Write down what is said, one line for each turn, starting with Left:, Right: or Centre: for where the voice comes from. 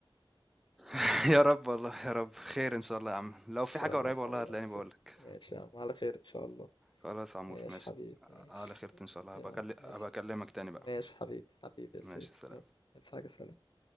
Centre: <laughs> يا رب والله يا رب خير ان شاء الله يا عم
Left: <laughs>
Centre: لو
Left: إن
Centre: في
Left: شاء
Centre: حاجة
Left: الله
Centre: قريبة
Left: حبيبي
Centre: والله هتلاقيني
Left: يا بسف
Centre: بقولك
Left: ماشي يا عم على خير إن شاء الله
Centre: خلاص يا عمور
Left: ماشي
Centre: ماشي
Left: حبيبي ماشي
Centre: على خيرة ان شاء الله
Left: يلا
Centre: هبقى أكل-
Left: عايز
Centre: هبقى اكلمك تاني بقى
Left: ماشي حبيبي حبيبي يا سيف
Centre: ماشي سلام
Left: يلا عايز حاجة سلام